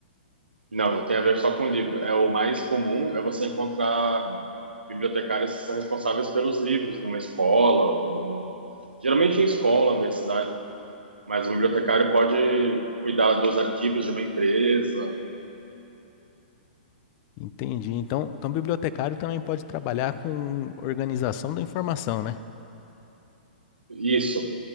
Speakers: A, on the right (about 80°); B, on the left (about 35°).
A: Não, não tem a ver só com livro. É o mais comum é você encontrar bibliotecários que são responsáveis pelos livros numa escola, ou no- geralmente em escola, universidade, mas o bibliotecário pode cuidar dos arquivos de uma empresa.
B: Entendi, então, então bibliotecário também pode trabalhar com organização da informação, né?
A: Isso.